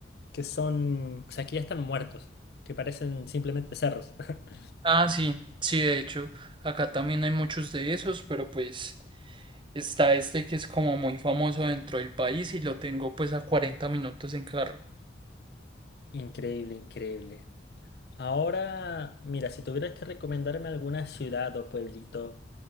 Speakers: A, on the left; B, on the right.
A: que son, o sea, que ya están muertos, que parecen simplemente cerros. <laughs>
B: Ah, sí, sí, de hecho, acá también hay muchos de esos, pero pues está este que es como muy famoso dentro del país y lo tengo pues a cuarenta minutos en carro.
A: Increíble, increíble. Ahora, mira, si tuvieras que recomendarme alguna ciudad o pueblito,